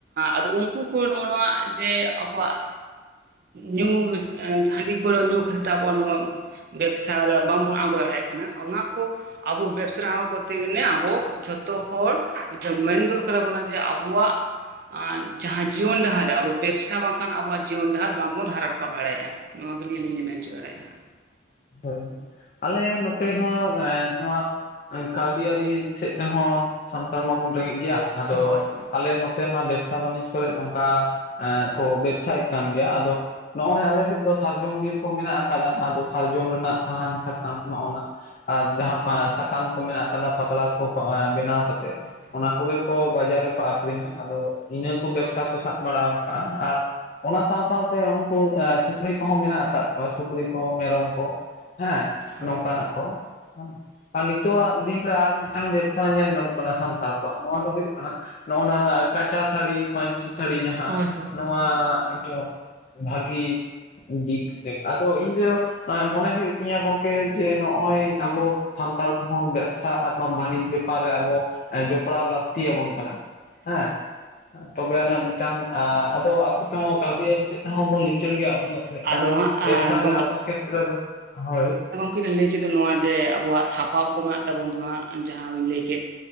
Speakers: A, on the right (about 50°); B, on the left (about 40°).
A: ᱟᱫᱚ ᱩᱱᱠᱩ ᱠᱚ ᱱᱚᱜᱼᱚ ᱱᱚᱣᱟ ᱡᱮ ᱟᱵᱚᱣᱟᱜ ᱧᱩ ᱦᱟᱺᱰᱤ ᱯᱟᱹᱣᱨᱟᱹ ᱧᱩ ᱠᱷᱟᱹᱛᱤᱨ ᱛᱮ ᱟᱵᱚᱣᱟᱜ ᱱᱚᱣᱟ ᱵᱮᱵᱽᱥᱟ ᱨᱮ ᱵᱟᱝᱵᱚᱱ ᱟᱬᱜᱚ ᱫᱟᱲᱮᱭᱟᱜ ᱠᱟᱱᱟ ᱚᱱᱟ ᱠᱚ ᱟᱵᱚ ᱵᱮᱵᱽᱥᱟ ᱟᱬᱜᱚ ᱠᱚᱨᱛᱮ ᱜᱮᱞᱮ ᱟᱵᱚ ᱡᱷᱚᱛᱚ ᱦᱚᱲ ᱢᱮᱱ ᱫᱚᱨᱠᱟᱨᱟᱵᱚᱱᱟ ᱡᱮ ᱟᱵᱚᱣᱟᱜ ᱟᱨ ᱡᱟᱦᱟᱸ ᱡᱤᱭᱚᱱ ᱰᱟᱦᱟᱨ ᱨᱮ ᱟᱵᱚ ᱵᱮᱵᱽᱥᱟ ᱵᱟᱝᱠᱷᱟᱱ ᱟᱵᱚᱣᱟᱜ ᱡᱤᱭᱚᱱ ᱰᱟᱦᱟᱨ ᱵᱟᱝᱵᱚᱱ ᱦᱟᱨᱟ ᱨᱟᱠᱟᱵ ᱫᱟᱲᱮᱭᱟᱜᱼᱟ ᱱᱚᱣᱟ ᱠᱚᱞᱤᱧ ᱟᱞᱤᱧ ᱞᱮ ᱢᱮᱱ ᱦᱚᱪᱚ ᱫᱟᱲᱮᱭᱟᱜᱼᱟ
B: ᱦᱳᱭ ᱦᱚᱭ ᱟᱞᱮ ᱱᱚᱛᱮ ᱦᱚᱸ ᱱᱚᱣᱟ ᱠᱟᱹᱣᱰᱤ ᱟᱹᱨᱤ ᱥᱮᱫ ᱛᱮᱦᱚᱸ ᱥᱟᱱᱛᱟᱲ ᱢᱟᱵᱚᱱ ᱨᱮᱸᱜᱮᱡ ᱜᱮᱭᱟ ᱟᱫᱚ
A: ᱦᱳᱭ ᱦᱳᱭ
B: ᱟᱞᱮ ᱱᱚ ᱢᱟ ᱵᱮᱵᱽᱥᱟ ᱵᱟᱹᱱᱤᱡᱽ ᱠᱚᱨᱮᱫ ᱚᱱᱠᱟ ᱠᱚ ᱵᱮᱵᱽᱥᱟᱭᱮᱫ ᱠᱟᱱ ᱜᱮᱭᱟ ᱟᱫᱚ ᱱᱚᱜᱼᱚᱭ ᱟᱞᱮ ᱥᱮᱫ ᱫᱚ ᱥᱟᱨᱡᱚᱢ ᱵᱤᱨ ᱠᱚ ᱢᱮᱱᱟᱜ ᱟᱠᱟᱫᱟ ᱟᱫᱚ ᱥᱟᱨᱡᱚᱢ ᱨᱮᱱᱟᱜ ᱥᱟᱦᱟᱱ ᱥᱟᱠᱟᱢ ᱱᱚᱜᱼᱚ ᱱᱟ ᱟᱨ ᱡᱟᱦᱟᱸ
A: ᱦᱳᱭ
B: ᱥᱟᱠᱟᱢ ᱢᱮᱱᱟᱜ ᱠᱟᱫᱟ ᱯᱟᱛᱲᱟ ᱠᱚ ᱵᱮᱱᱟᱣ ᱠᱟᱛᱮ
A: ᱦᱳᱭ
B: ᱚᱱᱟ ᱠᱚᱜᱮ ᱠᱚ ᱵᱟᱡᱟᱨ ᱨᱮᱠᱚ ᱟᱠᱷᱨᱤᱧᱟ ᱟᱫᱚ ᱤᱱᱟᱹ ᱠᱚ ᱵᱮᱵᱽᱥᱟ
A: ᱦᱳᱭ
B: ᱠᱚ ᱥᱟᱵ ᱵᱟᱲᱟ ᱠᱟᱜᱼᱟ ᱟᱨ ᱚᱱᱟ ᱥᱟᱶ ᱥᱟᱶᱛᱮ ᱩᱱᱠᱩ ᱥᱩᱠᱨᱤ ᱠᱚᱦᱚᱸ ᱢᱮᱱᱟᱜ ᱟᱠᱟᱫ ᱠᱚᱣᱟ ᱥᱩᱠᱨᱤ ᱠᱚ ᱢᱮᱨᱚᱢ ᱦᱮᱸ
A: ᱦᱳᱭ
B: ᱱᱚᱝᱠᱟᱱᱟᱜ ᱠᱚ ᱦᱮᱸ ᱟᱨ ᱱᱤᱛᱚᱜ ᱫᱤᱱ ᱨᱮ ᱟᱨ ᱢᱤᱫᱴᱟᱝ ᱵᱮᱵᱽᱥᱟ ᱧᱮᱞ ᱧᱟᱢᱚᱜ ᱠᱟᱱᱟ ᱥᱟᱱᱛᱟᱲ ᱠᱚᱣᱟᱜ ᱱᱚᱣᱟ ᱫᱚ ᱦᱩᱭᱩᱜ ᱠᱟᱱᱟ ᱱᱚᱜᱼ ᱱᱟ ᱠᱟᱸᱪᱟ ᱥᱟᱹᱲᱤ ᱯᱟᱹᱧᱪᱤ ᱥᱟᱹᱲᱤ ᱡᱟᱦᱟᱸ
A: ᱦᱳᱭ ᱦᱳᱭ ᱦᱳᱭ
B: ᱱᱚᱣᱟ
A: ᱦᱳᱭ
B: ᱮᱠᱴᱚ ᱵᱷᱟᱜᱤ ᱫᱤᱠ ᱫᱮᱠ ᱟᱫᱚ ᱤᱧᱫᱚ ᱢᱚᱱᱮ ᱦᱩᱭᱩᱜ ᱛᱤᱧᱟᱹ ᱜᱚᱢᱠᱮ ᱡᱮ ᱱᱚᱜᱼᱚᱭ ᱟᱵᱚ ᱥᱟᱱᱛᱟᱲ ᱠᱚᱦᱚᱸ ᱵᱮᱵᱽᱥᱟ ᱟᱨ ᱵᱟᱝ ᱵᱟᱱᱤᱡᱽ ᱵᱮ ᱯᱨ ᱨᱮ ᱟᱵᱚ ᱡᱚᱯᱲᱟᱣ ᱞᱟᱹᱠᱛᱤ ᱟᱵᱚᱱ ᱠᱟᱱᱟ ᱦᱮᱸ ᱛᱚᱵᱮ ᱟᱱᱟᱜ ᱢᱤᱫᱴᱟᱝ ᱟᱫᱚ ᱟᱯᱚ ᱛᱮᱦᱚᱸ ᱠᱟᱹᱣᱰᱤ
A: ᱦᱳᱭ
B: ᱟᱹᱨᱤ ᱥᱮᱫ ᱦᱚᱸᱵᱚᱱ ᱞᱤᱪᱟᱹᱲ ᱜᱮᱭᱟ ᱩᱱᱟᱹᱜ ᱢᱤᱫᱴᱟᱝ
A: ᱟᱫᱚ ᱦᱟᱸᱜ
B: ᱵᱮᱵᱽᱥᱟ ᱨᱮ ᱟᱬᱜᱚ ᱠᱷᱮᱛᱨᱮ ᱨᱮ ᱦᱳᱭ
A: ᱠᱤᱱ ᱞᱟᱹᱭ ᱠᱮᱫᱟ ᱱᱚᱣᱟ ᱡᱮ ᱟᱵᱚᱣᱟᱜ ᱥᱟᱯᱟᱵ ᱠᱚ ᱢᱮᱱᱟᱜ ᱛᱟᱵᱚᱱ ᱫᱚ ᱦᱟᱸᱜ ᱡᱟᱦᱟᱸ ᱵᱮᱱ ᱞᱟᱹᱭ ᱠᱮᱫ